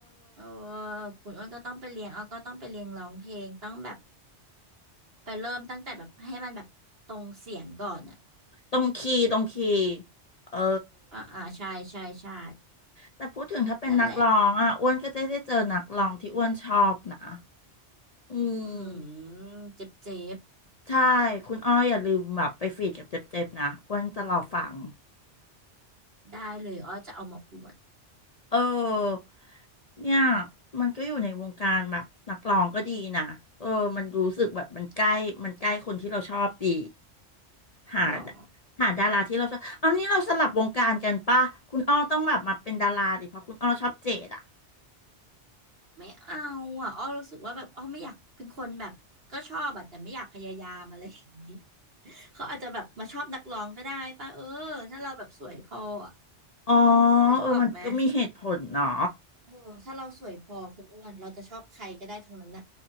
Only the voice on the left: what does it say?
ตรงคีย์ตรงคีย์เออ
แต่พูดถึงถ้าเป็นนักร้องอ่ะอ้วนก็จะได้เจอนักร้องที่อ้วนชอบนะ
อืม
ใช่คุณอ้ออย่าลืมแบบไปฟีดกับเจ็บๆนะอ้วนจะรอฟัง
เออเนี่ยมันก็อยู่ในวงการแบบนักร้องก็ดีนะเออมันรู้สึกแบบมันใกล้มันใกล้คนที่เราชอบดีหา
หาดาราที่เราชอบเอานี้เราสลับวงการกันป่ะคุณอ้อต้องแบบมาเป็นดาราดิเพราะคุณอ้อชอบเจดอ่ะ
อ๋อ
เออมันก็มีเหตุผลเนาะ